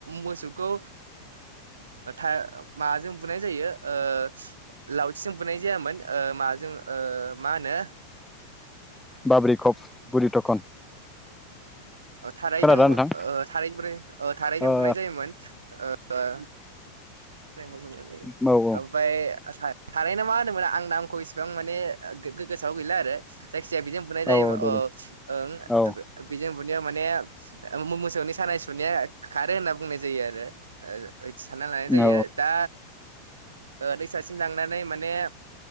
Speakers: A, on the right (about 70°); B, in the centre.
A: मोसौखौ ओ था माजों बुनाय जायो ओ लावथिजों बुनाय जायामोन ओ माजों ओ मा होनो
B: बाबरि कफ बुरि थखन।
A: थारैजों
B: खोनादोंना नोंथां
A: थार बै थारैजों
B: ओ
A: बुनाय जायोमोन ओ ओमफ्राय
B: औ औ औ
A: थाराय ना मा होनोमोना आं नामखौ इसेबां माने गोसोआव गैला आरो जायखिजाया बेजों बुंनाय जाय अ
B: औ दे
A: ओ
B: दे औ
A: बेजों माने मोसौनि सानाय सुनाय खारो होनना बुंनाय जायो आरो सान जायो
B: औ
A: दा दैसासिम ओ लांनानै माने